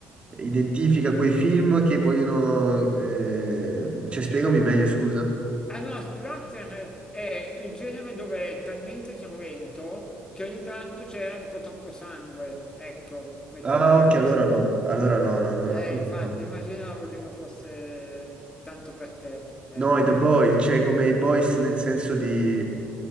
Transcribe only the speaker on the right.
identifica quei film che vogliono... eh, Cioè, spiegami meglio, scusa.
Ah, ok,
allora no, allora no, no, no,
no, questo
no.
No, i The Boys, cioè come i Boys nel senso di